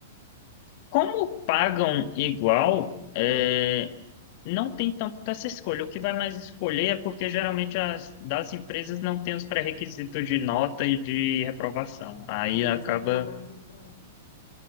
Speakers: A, on the left (about 45°); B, on the left (about 65°).
A: Como pagam igual, é, não tem tanta essa escolha. O que vai mais escolher é porque geralmente as das empresas não tem os pré-requisitos de nota e de reprovação. Aí
B: Aí eles
A: acaba
B: acabam indo para lá.